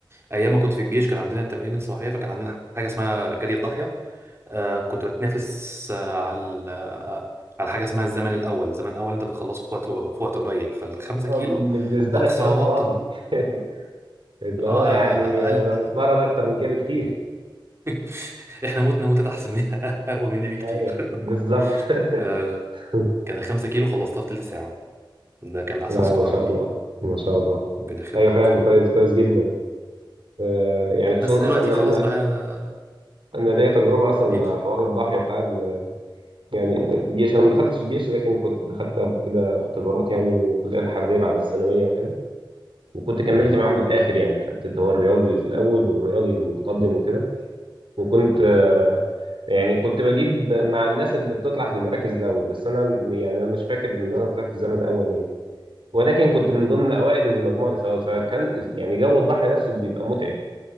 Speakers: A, on the right; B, on the right.
A: ايام ما كنت في الجيش كان عندنا التمارين الصباحيه فكان عندنا حاجه اسمها جري الضاحيه آه، كنت بتنافس آه، على آه، على حاجه اسمها الزمن الاول الزمن الاول انت بتخلصه في وقت في وقت قليل فالخمسة
B: أيوة،
A: كيلو
B: بالنسبه
A: اقصى
B: لك كلام
A: وقت
B: فاضي <laughs> اللي
A: اه
B: هو يعني
A: قال
B: انا بتمرن اكتر من كده كتير
A: <laughs> احنا متنا موتة احسن من <laughs> اقوى من دي بكتير
B: ايوه بالظبط
A: <laughs> آه،
B: <laughs>
A: كان الخمسة كيلو خلصتها في تلت ساعة ده كان احسن
B: لا
A: سكور
B: ما شاء
A: عندي
B: الله ما شاء الله
A: ربنا يخليك
B: ايوه فعلا كويس كويس جدا آه، يعني خصوصا
A: بس دلوقتي
B: اصلا إن انا
A: خلاص بقى
B: انا ليا تجربه اصلا مع
A: ايه
B: حوار الضاحيه بتاع ال- يعني الجيش انا ما دخلتش جيش لكن كنت دخلت قبل كده اختبارات يعني الكليه الحربيه بعد الثانويه وكده وكنت كملت
A: مم.
B: معاهم للاخر يعني خدت اللي هو الرياضي في الاول والرياضي المتقدم وكده وكنت
A: مم.
B: آه، يعني كنت بجيب مع الناس اللي بتطلع في المراكز الاول بس انا م- يعني انا مش فاكر ان انا طلعت في زمن اول يعني ولكن كنت من ضمن اوائل المجموعه اللي في الاول فكان يعني جو الضحيه نفسه بيبقى متعب